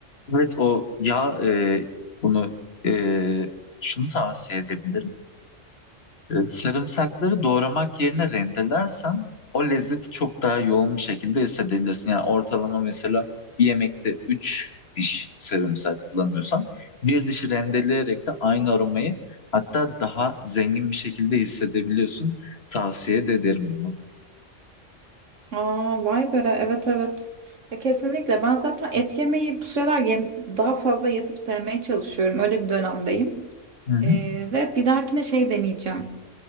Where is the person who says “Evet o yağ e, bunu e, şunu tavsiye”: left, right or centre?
Left